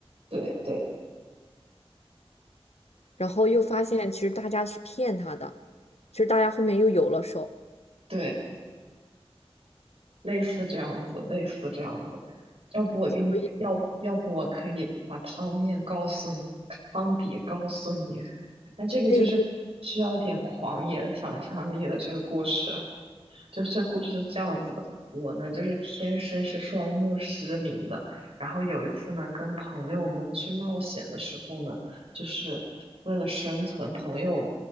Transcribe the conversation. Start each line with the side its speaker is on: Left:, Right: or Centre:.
Right: 对对
Left: 然后又发现其实大家是骗他的，其实大家后面又有了手，
Right: 对。类似这样子，类似这样子。要不我给你，
Left: 所以
Right: 要不要不我可以把汤面告诉你，汤底告诉你。<laughs> 那这个就是需要一点狂野想象力的这个故事。
Left: 可以可以。
Right: 就这故事是这样子的，我呢就是天生是双目失明的，然后有一次呢跟朋友们去冒险的时候呢，就是为了生存，朋友